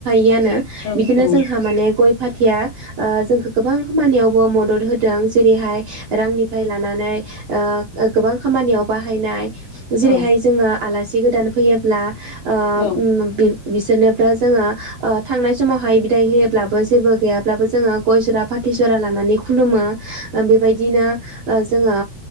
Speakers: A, on the right; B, on the left.
A: <unintelligible> यानो
B: औ
A: बिदिनो
B: औ
A: जोंहा माने गय फाथ थिया ओ जोंखौ गोबां खामानियाव मदद होदों जेरैहाय रांनिफ्राय लानानै ओ ओ गोबां खामानियावबा बाहायनाय जेरैहाय
B: औ
A: जोङो आलासि जि गोदान फैयोब्ला ओ ओम
B: औ
A: बि बिसोरनोबो जोङो थांनाय समावहाय बिदाय होयोब्लाबो जेबो गैयाब्लाबो जोङो गय जरा फाथै जरा लानानै खु खुलुमो ओ बेबायदिनो ओ जोङो